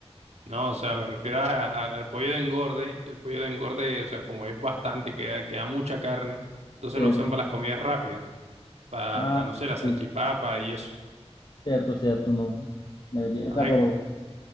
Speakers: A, on the right; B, on the left.
A: No, o sea, me refiero a- a- al pollo de engorde. El pollo de engorde, o sea, como es bastante, queda, queda mucha carne, entonces
B: cierto.
A: lo usan para las comidas rápidas, para,
B: Ah,
A: para, no sé, la salchipapa
B: sí,
A: y eso.
B: cierto, cierto, no. Me desvié, o
A: Ajá,
B: sea, pero,